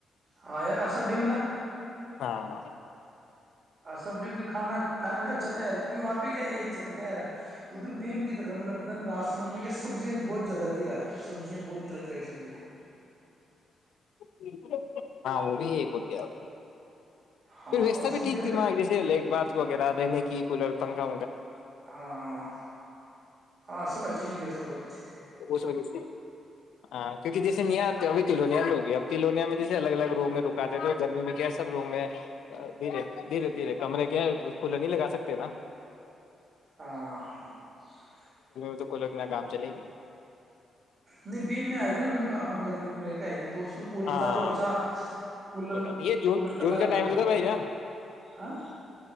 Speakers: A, on the right (about 40°); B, on the left (about 85°).
A: ہاں یار آصب ڈیمینا
B: ہاں
A: اور سب ڈی کانا کھا بھی اچھا تھا یار کیکہ وہاںہ گ ایک چکر تیار ادھر بیم کی طرحلب را سم میں سبزیاں بہت زیاد تیار سبزیا بہت طرح طرح کی سبزیاں
B: جی <unintelligible> ہاں وہ بھی ہو کیا آ
A: ہاں
B: پھر ویستا
A: اور
B: بھی
A: سبزیاں
B: ٹھیک تھی ماں جیسے لٹ بات وغیرہ رہنے کی کولر تنگا
A: ہاں ہاں ہاں سبچھییست بہت جچ <unintelligible>
B: اس وجہ سے ہاں کیونکہ جیسے ن آتی ابھی تلونیا میں ہوگیا اب تلونیا میں جیسے الگ الگ روم میں رکاتے تھے گرمی میں کیا ہے سب روم میں دھیر دھیرے دھیرے کمرے کے ہے کھلا نہیں لگا سکتے نا
A: ہ <unintelligible> <inaudible>
B: تو و کہ میں کام چلے بھی
A: نہیں بھیم میں آئے تھے نا اپ اپن گرمیوں میں رہ کے ئے تھ تو اس میں کولر
B: ہاں
A: تھا تو اچھا کولر
B: کوئی لوگ- یہ جون
A: کولر ٹھنڈا
B: جون کا
A: رکھتا
B: ٹائم
A: تھا
B: تو بھائی جان
A: ہ